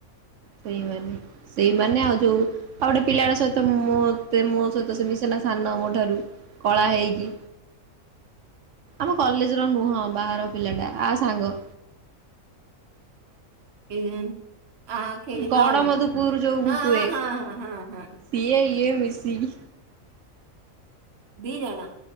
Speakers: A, on the right; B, on the right.
A: ସେଇମାନେ ସେଇମାନେ, ଆଉ ଯୋଉ ଆଉ ଗୋଟେ ପିଲାଟା ସହିତ ମତେ ମୋ ସହିତ, ସେ ମିସେନା ସାନ ମୋ ଠାରୁ କଳା ହେଇକି, ଆମ କଲେଜ ର ନୁହଁ। ବାହାର ପିଲାଟା ଆ ସାଙ୍ଗ
B: ଏଇଜେନ୍ ଆଖେଇ ହଁ
A: ଗଡମଧୁପୁର ଯୋଉ ମୁଁ
B: ହଁ
A: କୁହେ
B: ହଁ ହ ହଁ ହଁ।
A: ସିଏ ଇଏ ମିଶିକି
B: ଦି ଜଣ।